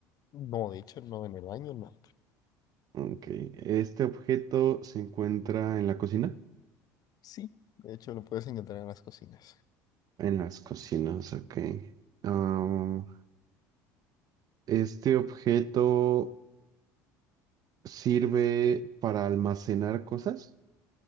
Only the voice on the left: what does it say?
No, de hecho, no, en el baño no.
Sí, de hecho lo puedes encontrar en las cocinas.